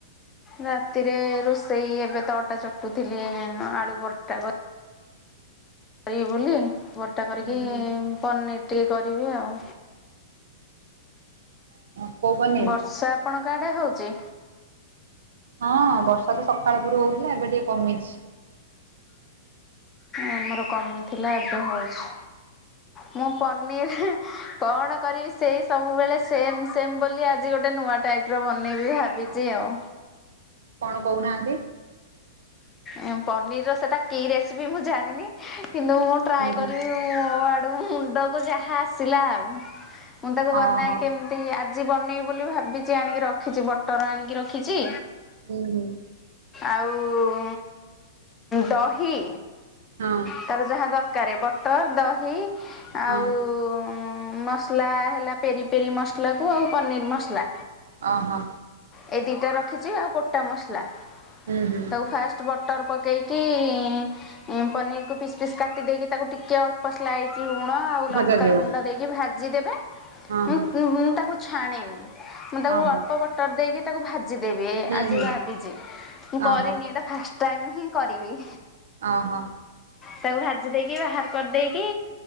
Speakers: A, on the left (about 20°); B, on the right (about 65°).
A: ରାତିରେ ରୋଷେଇ ଏବେ ତ ଅଟା ଚକଟୁଥିଲି ଆଳୁ ପରଟା କ କରିବି ବୋଲି ପରଟା କରିକି
B: ହୁଁ ହୁଁ
A: ପନିର୍ ଟିକେ କରିବି ଆଉ।
B: ଓହୋ। କୋଉ ପନିର୍?
A: ବର୍ଷା ଆପଣଙ୍କ ଆଡେ ହଉଚି?
B: ହଁ ବର୍ଷା ତ ସକାଳ ପୁରୁ ହଉଥିଲା ଏବେ ଟିକେ କମିଛି।
A: ଆମର କମିଥିଲା ଏବେ ହଉଛି। ମୁଁ ପନିର୍ କଣ କରିବି ସେଇ ସବୁବେଳେ ସେମ୍ ସେମ୍ ବୋଲି ଆଜି ଗୋଟ ଟେ ନୂଆ ଟାଇପ୍ ର ବନେଇବି ଭାବିଚି ଆଉ।
B: କଣ କହୁନାହାନ୍ତି?
A: ଏଁ, ପନିର୍ ର ସେଟା କି ରେସିପି ମୁଁ ଜାଣିନି। କିନ୍ତୁ ମୁଁ ଟ୍ରାଏ
B: ହୁଁ ହୁଁ
A: କରିବି ମୋ ଆଡ଼ୁ ମୁଣ୍ଡକୁ ଯାହା ଆସିଲା ଆଉ। ମୁଁ ତାକୁ
B: ଓହୋ
A: ବନାଏ କେମିତି ଆଜି ବନେଇବି ବୋଲି ଭାବିଚି। ଆଣିକି ରଖିଚି ବଟର୍ ଆଣିକି ରଖିଚି।
B: ହୁଁ ହୁଁ
A: ଆଉ ଉଁ, ଦହି
B: ହଁ
A: ତାର ଯାହା ଦ କାରେ ବଟର୍ ଦହି
B: ହଁ।
A: ଆଉ ଉଁ, ମସଲା ହେଲା ପେରି ପେରି ମସଲା କୁ ଆଉ ପନିର୍ ମସଲା
B: ଓହୋ।
A: ଏ ଦିଟା ରଖିଚି ଆଉ ଗୋଟା ମସଲା
B: ହୁଁ ହୁଁ
A: ତାକୁ ଫାଷ୍ଟ ବଟର୍ ପକ କେଇକି ଏଁ, ପନିର୍ କୁ ପିସ୍ ପିସ୍ କାଟି ଦେଇକି ତାକୁ ଟିକେ ଅଳ୍ପ ସ୍ଲାଇ ଲୁଣ ଆଉ
B: ଭଜା
A: ଲଙ୍କାଗୁଣ୍ଡ
B: ଯିବ
A: ଦେଇକି ଭାଜିଦେବେ।
B: ହଁ
A: ମୁଁ,
B: ହଁ
A: ମୁଁ, ମୁଁ ତାକୁ ଛାଣିନି। ମୁଁ ତାକୁ
B: ଓହୋ
A: ଅଳ୍ପ ବଟର୍ ଦେଇକି ତାକୁ ଭାଜିଦେବି
B: ହୁଁ
A: ଆଜି
B: ହୁଁ।
A: ଭାବିଚି। କରିନି
B: ଓହୋ
A: ଏଟା ଫାଷ୍ଟ ଟାଇମ୍ ହିଁ କରିବି।
B: ଓ ହୋ।
A: ତାକୁ ଭାଜି ଦେଇକି ବାହାର କରିଦେଇକି।